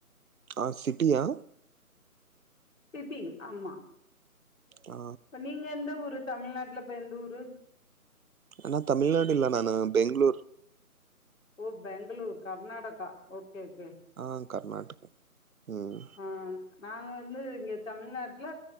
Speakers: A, on the right; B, on the left.
A: ஆ சிட்டியா
B: சிட்டி ஆமா
A: ஆ
B: இப்ப நீங்க எந்த ஊரு தமிழ்நாட்டுல இப்ப எந்த ஊரு
A: நா தமிழ்நாடு இல்ல நானு பெங்ளூர்
B: ஓ பெங்களூர் கர்நாடகா ஓகே ஓகே
A: ஆ கர்நாடகா ம்
B: ஆ நாங்க வந்து இங்க தமிழ்நாட்டுல